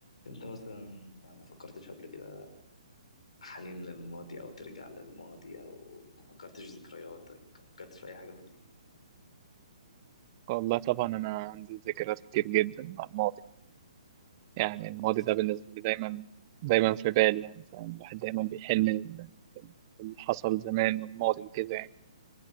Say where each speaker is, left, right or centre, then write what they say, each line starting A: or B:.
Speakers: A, on the left; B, on the right.
A: انت مثلا ما فكرتش قبل كده حنين للماضي او ترجع للماضي او ما فكرتش في ذكرياتك ما فكرتش في اي حاجه من دي
B: والله طبعا أنا عندي ذكريات كتير جدا مع الماضي يعني الماضي
A: اصل
B: ده بالنسبة لي دايما دايما في بالي يعني فاهم الواحد دايما بيحن ال- اللي حصل زمان والماضي وكده يعني